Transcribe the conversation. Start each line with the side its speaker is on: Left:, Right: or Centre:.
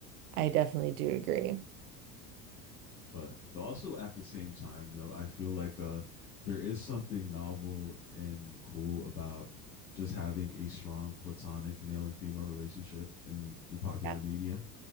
Right: I definitely do agree.
Left: but but also at the same time though, I feel like uh there is something novel and cool about just having a strong platonic male and female relationship in in popular
Right: Yeah.
Left: media.